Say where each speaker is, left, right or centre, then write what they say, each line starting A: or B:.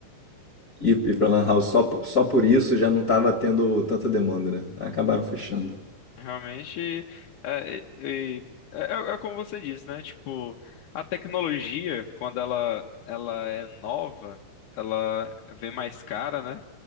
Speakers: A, on the left; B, on the left.
A: ir, ir pra Lan House só, po- só por isso já não tava tendo tanta demanda, né? Acabaram fechando.
B: Realmente, é, é, é- é como você disse, né? Tipo, a tecnologia, quando ela, ela é nova, ela vem mais cara, né?